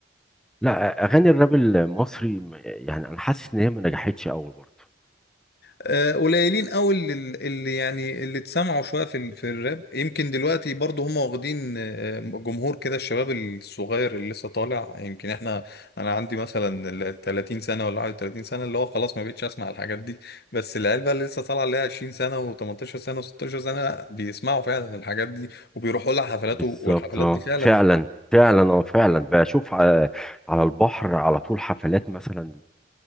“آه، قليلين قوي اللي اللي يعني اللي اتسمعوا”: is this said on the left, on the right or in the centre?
Left